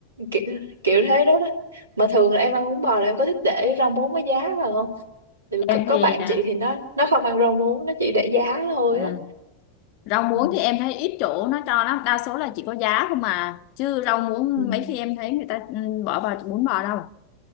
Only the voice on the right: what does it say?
kiểu kiểu thế đó đó mà thường là em ăn bún bò là em có thích để rau muống với giá vào không thì
có, có
bạn
chị thì nó nó không ăn rau muống nó chỉ để giá thôi
á
ừ.
Ừ.